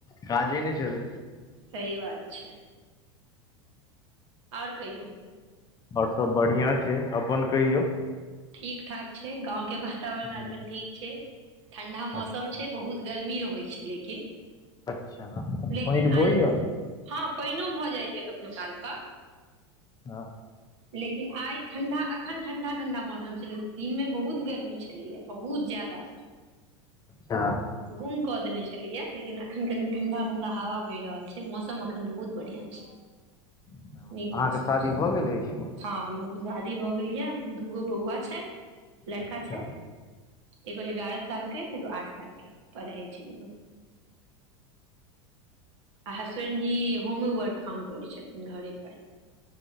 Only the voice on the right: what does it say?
सही बात छै। और कहियौ?
ठीक ठाक छै, गांव के वातावरण
अखन ठीक छै, ठंडा मौसम
छै। बहुत गर्मी रहै छै लेकिन।
लेकिन
आइ
हँ, पईनो भऽ जाइ छै कखनो काल क।
लेकिन आइ ठंडा, अखन ठंडा ठंडा मौस म छलै, दिन मे बहुत गर्मी छलैया, बहुत जादा।
गुम कऽ देने छलैय याऽ लेकिन अखन कनि ठंडा ठंडा हवा बैह रहल छै, मौसम अक् अखन बहुत बढ़िया छैय,
नीक मौसम
छैय।
हँ, हमर शादी भऽ गेल यैऽ, दूगो बौआ छैथि, लड़का
छैथि। एगो एगारह साल के, एगो आठ साल के, पढ़ै छै दुनू। आ हसबेंड जी होमे वर्क काम करै छथिन घरे पर।